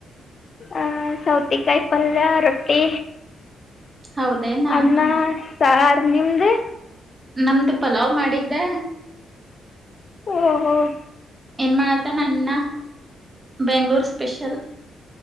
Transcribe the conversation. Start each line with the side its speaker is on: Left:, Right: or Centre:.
Left: ಆ ಸೌತೆ ಕಾಯಿ ಪಲ್ಯ, ರೊಟ್ಟಿ
Right: ಹೌದೇನಾ
Left: ಅನ್ನ
Right: ಹಾ
Left: ಸಾರ್. ನಿಮ್ದು?
Right: ನಮ್ದು ಪಲಾವ್ ಮಾಡಿದ್ದೆ.
Left: ಓಹ್ ಓಹ್
Right: ಏನ್ ಮಾಡಾತ್ತಾನ ಅಣ್ಣಾ? ಬೆಂಗ್ಳೂರು ಸ್ಪೆಷಲ್.